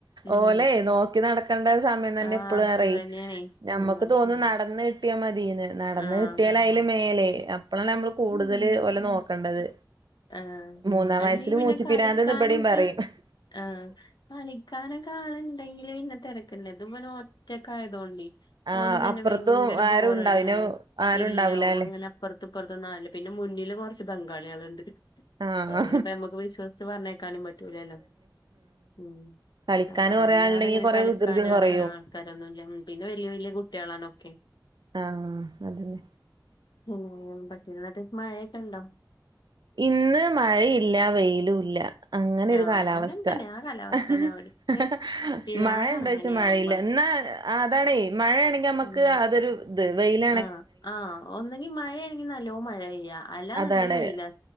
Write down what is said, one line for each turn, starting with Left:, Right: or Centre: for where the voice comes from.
Left: ഉം
Right: ഓലെ നോക്കി നടക്കണ്ട സമയം തന്നെ
Left: ആഹ്
Right: ഇപ്പള് റയ്
Left: ഇതന്നെയാണേ
Right: ഞമ്മക്ക്
Left: ആഹ്
Right: തോന്നും നടന്ന് കിട്ടിയ കിട്ടിയാ മതീന്ന് നടന്ന്
Left: ആഹ്
Right: കിട്ടിയാൽ അയ്ല് മേലെ അപ്പളാണ് ഞമ്മള് കൂടുതല്
Left: ഉം
Right: ഒലെ നോക്കണ്ടത്.
Left: ആഹ്
Right: മൂന്നാം
Left: അല്ലങ്കി
Right: വയസ്സില്
Left: പിന്നെ
Right: മൂച്ചിപ്പിരാന്ത്ന്ന്
Left: കളിക്കാനൊക്കെ
Right: ഇബടേം പറയും
Left: ആഹ് കളിക്കാനൊക്കെ ആള്ണ്ടെങ്കില് പിന്നെ തെരക്ക്ല്ല ഇത് ഇബന് ഒറ്റക്കായതുകൊണ്ടേ
Right: ആഹ്
Left: ഓനും തന്നെ
Right: അപ്പുറത്തും
Left: ഭയങ്കര
Right: ആരുണ്ടാ
Left: ബോറടിയാണ്
Right: പിന്നെ ആരുണ്ടാവൂലാല്ലേ
Left: ഇല്ല ഒങ്ങനെ അപ്പറത്ത് ഇപ്പറത്തും ഒന്നും ആലില്ല പിന്നെ മുന്നില് കൊറച്ച് ബംഗാളികള്ണ്ട്.
Right: ആഹ്
Left: അപ്പ അങ്ങനെപ്പ ഞമ്മക്ക് വിശ്വസിച്ച് പറഞ്ഞയ്ക്കാനും പറ്റൂലല്ലോ ഉം.
Right: കളിക്കാന്
Left: ആഹ്
Right: കൊറേ
Left: അല്ലാതെങ്ങനെ
Right: ആളുണ്ടെങ്കി കൊറേ
Left: കളിക്കാന
Right: വികൃതിയും കൊറയും
Left: അറിയാനോ ആൾക്കാരൊന്നുംല്ല പിന്നെ വല്യ വല്യ കുട്ടികളാണൊക്കെ
Right: ആഹ് അദന്നെ
Left: പിന്നെ പറ്റ് <unintelligible> മഴയൊക്കെ ഉണ്ടോ
Right: ഇന്ന് മഴയില്ല വെയിലും ഇല്ല അങ്ങനെ
Left: ആഹ്
Right: ഒരു കാലാവസ്ഥ
Left: അങ്ങനെ തന്നെ ആ കാലാവസ്ഥന്നെ
Right: <unintelligible>
Left: ഇവടിം പിരാന്താണ്
Right: മഴ ഉണ്ട
Left: അങ്ങനെയാവുമ്പള്
Right: വെച്ചാ മഴയില്ല എന്നാ ആഹ് അതാാണ് മഴയാണെങ്കിൽ നമുക്ക്
Left: ഉം
Right: അതൊരു ഇത് വെൽ
Left: ആഹ് ആഹ് ഒന്നെങ്കി മായെണെങ്കിൽ നല്ലോ മഴ പെയ്യ അല്ലാന്നുണ്ടെങ്കിൽ
Right: അതാണ്
Left: വെയിലാ